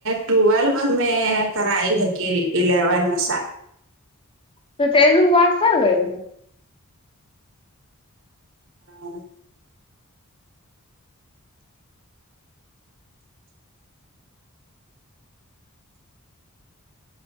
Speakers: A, on the right; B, on the left.
A: ٹویلو میں کرائی ہے کہ الیون میں س
B: تو تو ن وق سر گئی
A: ہاں